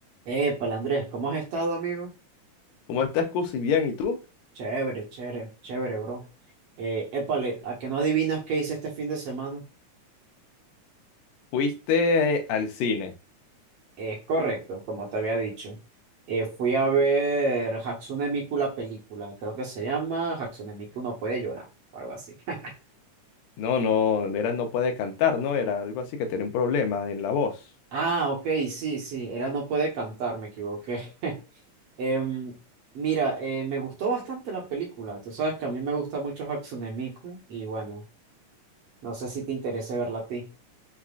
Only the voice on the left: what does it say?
¿Cómo estás, Cusi? Bien, ¿y tú?
Fuiste eh, al cine.
No, no, era no puede cantar, ¿no? Era algo así que tenía un problema en la voz.